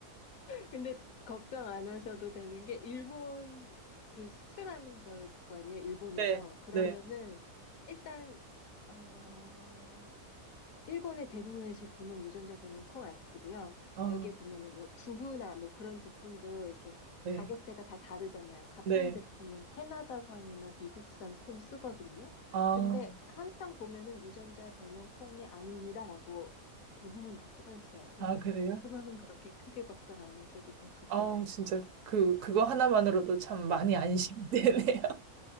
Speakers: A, on the left; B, on the right.
A: 근데 걱정 안 하셔도 되는 게 일본 그 수출하는 걸 거 아니에요? 일본에서.
B: 네,
A: 그러면은
B: 네.
A: 일단 어 일본의 대부분의 제품은 유전자 변형 콩 안 쓰고요.
B: 아,
A: 여기에 보면은 뭐 두부나 뭐 그런 제품도 이렇게
B: 네,
A: 가격대가 다 다르잖아요. 값싼
B: 네.
A: 제품은 캐나다산이나 미국산 콩 쓰거든요.
B: 아,
A: 근데 항상 보면은 유전자 변형 콩이 아닙니다라고 대부분 다 써 있어요. 그래서
B: 아, 그래요?
A: 그거는 그렇게 크게 걱정 안 하셔도 될 것
B: 아,
A: 같아요.
B: 진짜 그 그거 하나만으로도 참 많이 안심되네요.